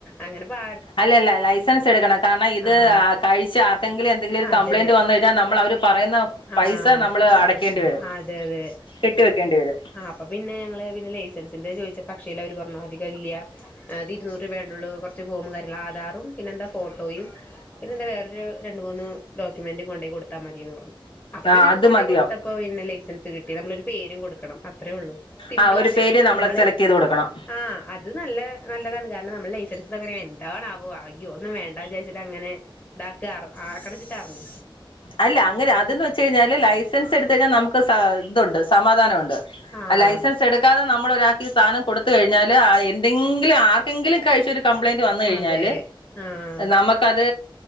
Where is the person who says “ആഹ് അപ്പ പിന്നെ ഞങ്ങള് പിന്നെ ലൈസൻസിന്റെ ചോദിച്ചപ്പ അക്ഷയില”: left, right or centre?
Left